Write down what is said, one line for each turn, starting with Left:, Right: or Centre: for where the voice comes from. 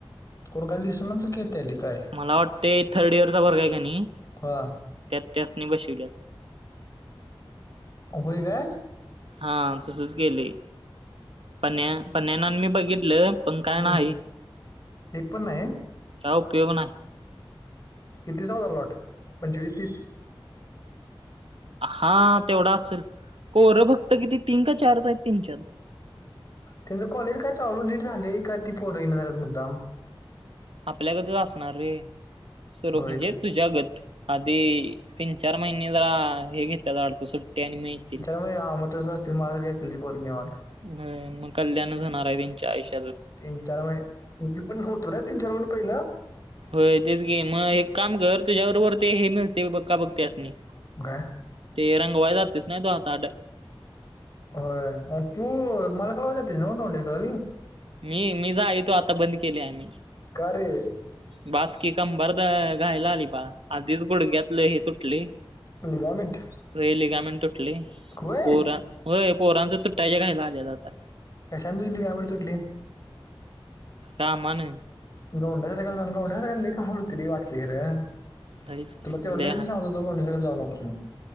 Left: कोण काय दिसणाच त्याली काय.
Right: मला वाटते थर्ड इयरचा वर्ग आहे की नई
Left: हा.
Right: त्यात त्यासनी बसवल्यात.
Left: अ होय काय?
Right: हा तसच केलंय. पन्या पन्यान आणि मी बघितलं, पण
Left: हम्म
Right: काय नाही.
Left: एक पण नाही?
Right: काय उपयोग नाही.
Left: कितीचा होता लॉट पंचवीस, तीस?
Right: हा तेवढा असेल. पोर फक्त किती तीन का चारच आहेत तेनच्यात.
Left: त्यांचं कॉलेज काय चालू नीट झालंय, काय ती पोर यीना झाल्यात मुद्दाम?
Right: आपल्यागतच असणार रे सर्व
Left: होय
Right: म्हणजे
Left: ते
Right: तुझ्यागत. आधी तीन, चार महिने जरा हे घेत्यात वाटत सुट्ट्या आणि मग येतील.
Left: व्हय <unintelligible> तसंच ति <unintelligible> घालतील पोर निवांत.
Right: व्हय मग कल्याणच होणार आहे त्यांच्या आयुष्य
Left: तीन, चार म मी पण होतो ना तीन, चार महिने पहिलं.
Right: होय तेच की, मग एक काम कर तुझ्याबरोबर ते हे मिळतेय का बघ काम बघ त्यासनी.
Left: काय?
Right: ते रंगवाय जातेस नाही तो आता ड
Left: होय आणि तू माल कालवाय जातुयस ना गवंड्याच्या हाताखाली?
Right: मी मी जाईतो आता बंद केलंय आम्ही.
Left: कार रे?
Right: बाासकी कंबर द घाईला आली बा आधीच गुडघ्यातलं हे तुटलंय.
Left: लिगामेंट
Right: रेलीगामण तुटलंय
Left: होय
Right: पोरा होय पोरांचं तुट्टायच्या घाईला आल्यात आता.
Left: कशान तुटली, काय बरं तुटली?
Right: कामानं.
Left: गवंड्याच्या हाताखाली जाऊन गवंड्याच्या हाताखाली लई हाल होतंय वाटतंय खरं.
Right: लईच
Left: तुला तेवढ्यासाठी
Right: लई हाल
Left: मी सांग तो गवंड्याच्या खाली जाऊ नकोस म्हणून.